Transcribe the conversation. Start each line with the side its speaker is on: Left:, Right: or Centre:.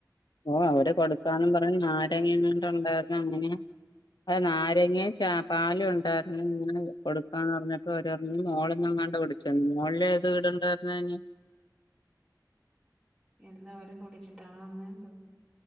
Left: ഓഹ് അവര് കൊടുക്കാന്നും പറഞ്ഞ് നാരങ്ങേങ്ങാണ്ട ഒണ്ടാര്ന്ന് അങ്ങന അഹ് നാരങ്ങേ ച പാലും ഉണ്ടാര്ന്ന് ഇങ്ങനെ കൊടുക്കാന്ന് പറഞ്ഞപ്പോ അവര് പറഞ് മോളിന്നങ്ങാണ്ട കുടിച് ചെന് മോളിലേത് വീടൊണ്ടായിരിന്നയിന്
Centre: എന്തൊ അവര് കുടിച്ചിട്ടാണ വന്നെന്തോ